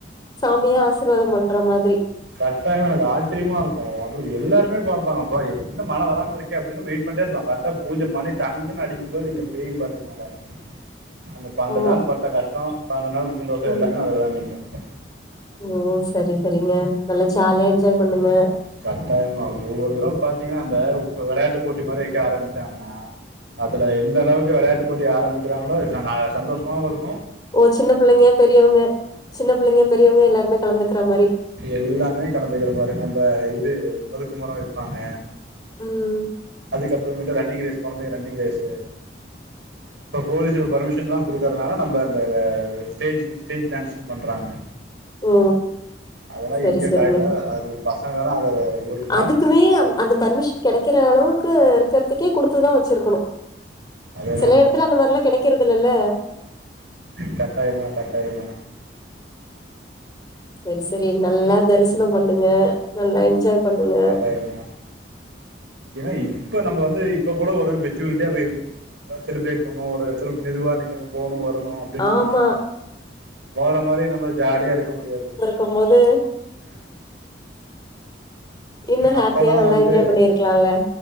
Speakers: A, on the left; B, on the right.
A: சாமியே ஆசிர்வாதோ பண்ற மாதிரி
B: கட்டாயோ எனக்கு ஆச்சரியமா இருக்கு அது எல்லாருமே பாப்பாங்கப்பா என்ன மழ வரா மாரி இருக் கு அப்டின்னு வெயிட் பண்ட்டே இருப்பாங்க கரெக்டா பூஜ மணி டங்குன்னு அடிக்கு போது இங்க பெய்யு பாருங்க மழ அந்த பன்னென்டுநாள்
A: ஓ
B: பட்ட கஷ்டோ பன்னென்டுநாள் சந்தோஷோ
A: ம்
B: எல்லாமே அதுல தா இருக்கு
A: ஓ சரி சரிங்க நல்லா ஜாலியா என்ஜாய் பண்ணுங்க
B: கட்டாயமா ஒவ்வொரு தடவ பாத்திங்கன்னா அந்த வெளையாட்டு போட்டி மாரி வைக்க ஆரம்பிச்சாங்ன்னா அதுல எந்த அளவுக்கு வெளையாட்டு போட்டி ஆரம்பிக்றாங்ளோ சந்தோஷமாவு இருக்கு
A: ஓ சின்ன புள்ளைங்க பெரியவங்க சின்ன புள்ளைங்க பெரியவங்க எல்லாருமே கலந்துக்குற மாரி
B: எல்லாமே கலந்துக்குற மாரி நம்ம இது வழுக்குமரோ வைப்பாங்க
A: ம்
B: அதுக்கப்ற மேட்டு ரன்னிங் ரேஸ் கொழந்தைங்க ரன்னிங் ரேஸ்சு இப்போ போலீஸூங்க பர்மிஷன்லா குடுக்குறனால நம்ம அந்த ஸ்டேஜ் ஸ்டேஜ் டான்ஸு பண்றாங்க
A: ஓ
B: அதெல்லா
A: சரி
B: எங்க
A: சரிங்க
B: கரெக்டா அது பசங்கனா அது ஒரு நாள்
A: அதுக்குமே அந் அந்த பர்மிஷ் கெடைக்கிற அளவுக்கு இருக்கற்துக்கே குடுத்துதா வச்சிருக்கணு
B: அது
A: சசெல எடத்துல அந்த மாரில்லா கெடைக்றதுல்லல்ல
B: கட்டாயமா கட்டாயமா
A: செரி செரி நல்லா தரிசனோ பண்ணுங்க நல்லா என்ஜாய் பண்ணுங்க
B: கட்டாயமா ஏன்னா இப்ப நம்ம வந்து இப்ப கூட ஒரு மெச்சூரிட்டியா பெயிரு செலிப்ரேட் பண்ணு ஒரு எடத்துல மெதுவாக நிக்கனு போனு வரணு அப்டின்
A: ஆமா
B: தோணு போற மாறி நம்ம ஜாலியா இருக்க முடியாது
A: க்கும்போது
B: அ
A: இன்னு ஹாப்பியா
B: அப்போல்லாம்
A: நல்லா
B: வந்து
A: என்ஜாய் பண்ணிருக்லால்ல